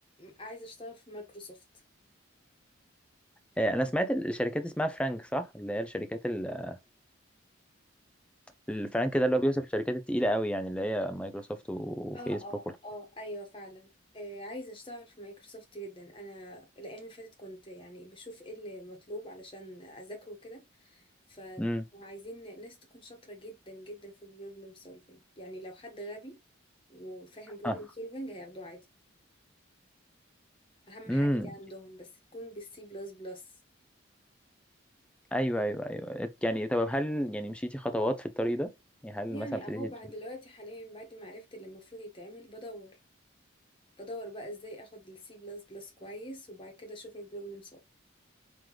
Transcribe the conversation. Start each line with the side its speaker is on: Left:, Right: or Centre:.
Left: عايزه اشتغل في مايكروسوفت
Centre: آه، انا سمعت الشركات اسمها فرانك صح اللي هي الشركات ال- الفرانك ده اللي هو بيوصف الشركات التقيله قوي يعني اللي هي مايكروسوفت وفيسبوك
Left: اه اه
Centre: والحاجات
Left: اه ايوه فعلا آه عايزه اشتغل في مايكروسوفت جدا انا الايام اللي فاتت كنت يعني بشوف ايه اللي مطلوب علشان اذاكره كده فعايزين
Centre: امم
Left: ناس تكون شاطره جدا جدا في البروبلم سولفينج يعني لو حد غبي وفاهم بروبلم
Centre: اه
Left: سولفينج هياخدوه عادي اهم
Centre: امم
Left: حاجه دي عندهم بس تكون بالسي بلس بلس
Centre: ايوه ايوه ايوه يعني طب هل يعني مشيتي خطوات في الطريق ده يعني هل
Left: يعني
Centre: مثلا ابتديتي
Left: اهو بعد دلوقتي حاليا بعد ما عرفت اللي المفروض يتعمل بدور بدور بقى ازاي اخد السي بلس بلس كويس وبعد كده اشوف البروبلم